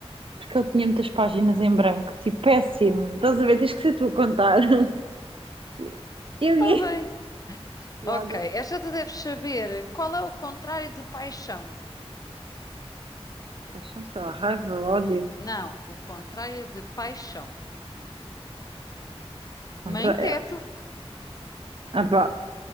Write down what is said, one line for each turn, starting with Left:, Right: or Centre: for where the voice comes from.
Right: porque ele tinha muitas páginas em branco, tipo, péssimo. Estás a ver? Tens que ser tu a contar. <laughs> Eu ia.
Left: Está bem.
Right: Piada.
Left: Ok, esta tu deves saber. Qual é o contrário de paixão?
Right: Paixão, sei lá, raiva, ódio.
Left: Não, o contrário de paixão.
Right: Contra
Left: Mãe teto.
Right: Ah, pá,